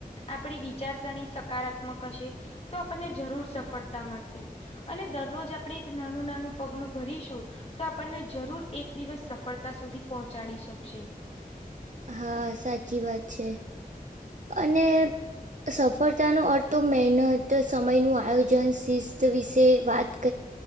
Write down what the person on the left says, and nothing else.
આપણી વિચારસરણી સકારાત્મક હશે. તો આપણને જરૂર સફળતા મળશે. અને દરરોજ આપણે એક નાનું નાનું પગલું ભરીશું તો આપણને જરૂર એક દિવસ સફળતા સુધી પહોંચાડી શકશે.